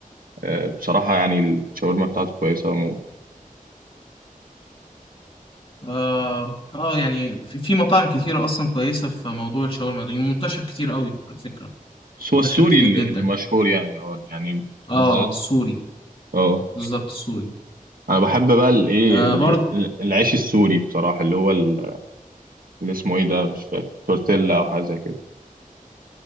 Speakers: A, on the right; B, on the left.
A: آه، بصراحه يعني الشاورما بتاعته كويسه موت
B: آه, اه يعني في, في مطاعم كتيره اصلا كويسه في موضوع الشاورما ده منتشر كتير قوي على فكره
A: والسوى
B: منتشر
A: السوري
B: كتير
A: اللي
B: جدا
A: اللي مشهور يعني اه يعني
B: اه
A: بالذات
B: السوري
A: اه
B: بالظبط السوري
A: انا بحب بقى الايه
B: آه
A: اللي-
B: برضه
A: العيش السوري بصراحه اللي هو ال- اللي اسمه ايه ده مش فاكر تورتيلا او حاجه زي كده